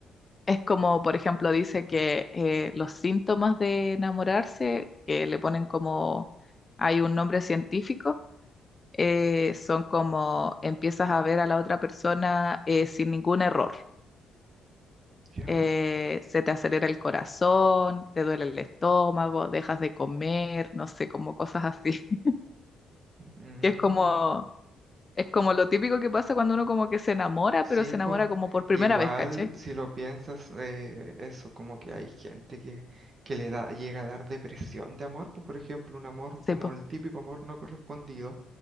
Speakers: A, on the left; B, on the right.
A: es como, por ejemplo, dice que eh, los síntomas de enamorarse, que le ponen como, hay un nombre científico, eh, son como empiezas a ver a la otra persona eh, sin ningún error
B: ¿Ya?
A: eh, se te acelera el corazón, te duele el estómago, dejas de comer, no sé, como cosas así. <laughs>
B: Mm,
A: Que es como, es como lo típico que pasa cuando uno como que se enamora,
B: sí,
A: pero se
B: pues,
A: enamora como por primera
B: igual
A: vez, ¿caché?
B: si lo piensas, eh, eso como que hay gente que, que le da, llega a dar depresión de amor, pues por ejemplo, un amor como
A: Sí, pues,
B: el típico amor no correspondido